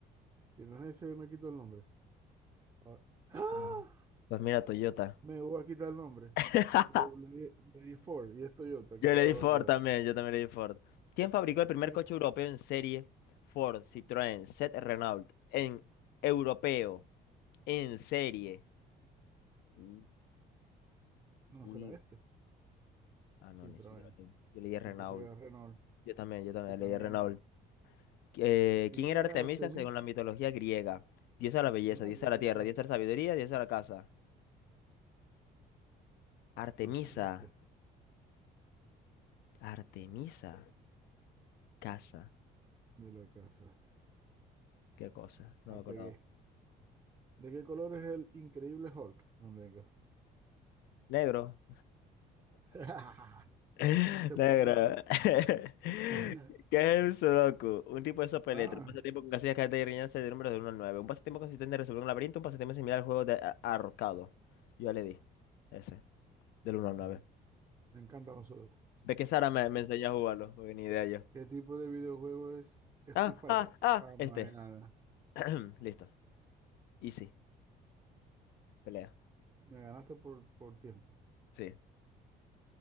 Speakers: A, on the right; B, on the left.
A: Si no es ese, me quito el nombre. Ahora- ¡Ah!
B: no. Pues mira, Toyota.
A: Me voy a quitar el nombre.
B: <laughs>
A: Porque yo le di, le di Ford y es Toyota.
B: Yo
A: Qué
B: le
A: barbaridad.
B: di Ford también, yo también le di Ford. ¿Quién fabricó el primer
A: ¿Quién
B: coche
A: fue?
B: europeo en serie? Ford, Citroën, Seat, Renault. En europeo, en serie. Uy.
A: No
B: uy.
A: será este.
B: Ah, no,
A: Sí,
B: ni
A: traen.
B: siquiera le- Yo le di Renault.
A: Y pues se queda Renault.
B: Yo también, yo también
A: Yo también.
B: le di Renault. eh,
A: ¿Quién
B: ¿quién era
A: era
B: Artemisa
A: Artemis?
B: según la mitología griega? Diosa de la belleza,
A: Una
B: diosa
A: diosa.
B: de la tierra, diosa de la sabiduría, diosa de la casa. Artemisa,
A: No sé, este
B: Artemisa, casa,
A: de la casa.
B: qué cosa, no
A: Apegué.
B: me acuerdo.
A: ¿De qué color es el increíble Hulk? No tengo.
B: Negro,
A: <laughs>
B: <laughs>
A: Se
B: negro.
A: pone.
B: <laughs>
A: <laughs>
B: ¿Qué es el sudoku? Un tipo de sopa de
A: Ah,
B: letras, un pasatiempo con casillas, cartas y rellenarse de números de uno al 9. Un pasatiempo consistente en resolver un laberinto, un pasatiempo similar al juego de a- ahorcado. Yo ya le di ese, del uno al
A: ajá.
B: 9.
A: me encantan los sudoku.
B: Ve que Sara me, me enseñó a jugarlo, porque ni idea yo.
A: ¿Qué tipo de videojuego es Street
B: Ah,
A: Fighter?
B: ah, ah,
A: Ah, madre
B: este.
A: nada.
B: <clears throat> Listo. Easy. Pelea.
A: Me ganaste por, por tiempo.
B: Sí.